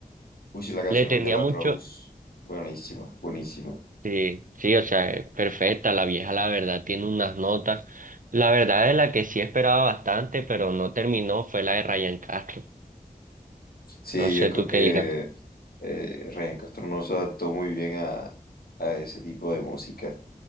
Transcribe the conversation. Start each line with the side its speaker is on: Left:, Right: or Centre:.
Left: Uy, sí, la canción
Right: le tenía
Left: con De La
Right: mucho,
Left: Rose. Buenísima, buenísima.
Right: Sí, sí, o sea, es perfecta, la vieja la verdad tiene unas notas. La verdad es la que sí esperaba bastante, pero no terminó, fue la de Ryan Castro.
Left: Sí,
Right: No
Left: yo
Right: sé
Left: creo
Right: tú
Left: que
Right: qué dirás.
Left: eh, Ryan Castro no se adaptó muy bien a, a ese tipo de música.